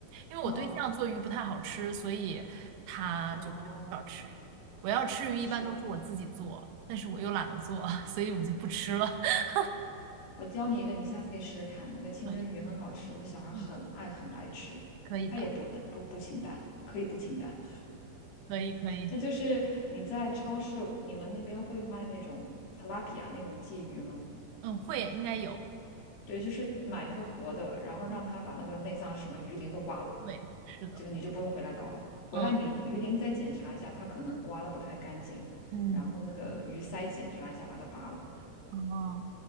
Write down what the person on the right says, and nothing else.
因为我对象做鱼不太好吃，
所以他就我就很少吃鱼我要吃鱼一般都是我自己做，
但是我又懒得做，<laughs> 所以我就不吃了。<laughs>
可以，
嗯，可以的，
可以可以，
嗯，会应该有，
嗯，对，是的，
嗯
嗯，
哦